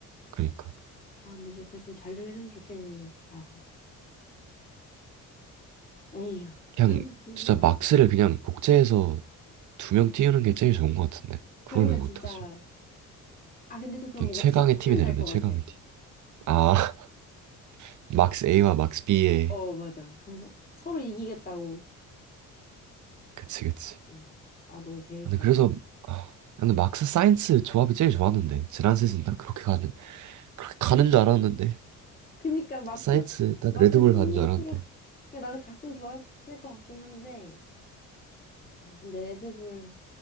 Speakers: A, on the right; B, on the left.
A: 그러니까
B: 아, 근데 좀, 그래, 좀 잘 좀 해줬으면 좋겠는데. 아, 에휴.
A: 그냥
B: <laughs>
A: 진짜
B: 막,
A: 막스를 그냥 복제해서 두 명 띄우는 게 제일 좋은 것 같은데
B: 그러면
A: 그걸 왜 못하지?
B: 진짜, 아, 근데 또 그럼
A: 그냥
B: 뭔가
A: 최강의
B: 팀 분열
A: 팀이 되는데
B: 날 것 같아.
A: 최강의 팀. 아 <laughs> 막스 A와 막스 B의
B: 어, 맞아. 그래서 서로 이기겠다고.
A: 그치 그치
B: 응. 아, 너무 재밌다.
A: 근데 그래서 아 근데 막스 사이언스 조합이 제일 좋았는데 지난 시즌 딱 그렇게 가는 그렇게 가는 줄 알았는데
B: 그니까 막스,
A: 사이언스 딱
B: 막스
A: 레드불
B: 팀메이트로.
A: 가는 줄 알았는데
B: 그러니까 나도 갔으면 좋았을 것 같긴 한데. 아, 근데 레드불.